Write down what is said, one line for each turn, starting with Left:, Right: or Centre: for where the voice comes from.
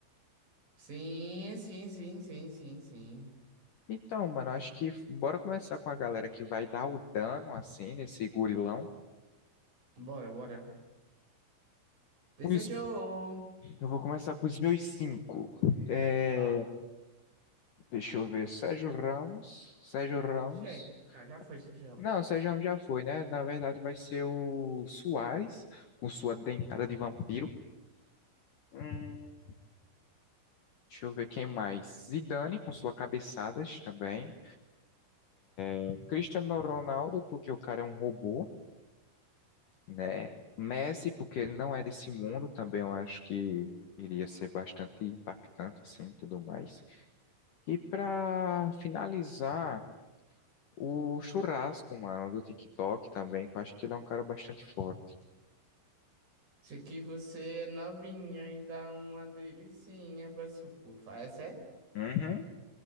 Right: Sim, sim, sim, sim, sim, sim.
Left: Então, mano, acho que f- bora começar com a galera que vai dar o dano, assim, nesse gorilão.
Right: Bora, bora. Desejou.
Left: Os- eu vou começar com os meus cinco. É,
Right: Tá.
Left: deixa eu ver, Sérgio Ramos, Sérgio Ramos.
Right: Cheio. Ah, já foi, desejamos.
Left: Não, o Sérgio Ramos já foi, né? Na verdade, vai ser o Soares, com sua dentada de vampiro. Hum, Deixa eu ver quem mais. Zidane com suas cabeçadas também. O Cristiano Ronaldo, porque o cara é um robô, né? Messi, porque ele não é desse mundo, também eu acho que iria ser bastante impactante, assim, tudo mais. E para finalizar, o Churrasco, mano, do TikTok também, que eu acho que ele é um cara bastante forte.
Right: se aqui você é novinha e dá uma delicinha pra supufa. Essa é?
Left: Uhum,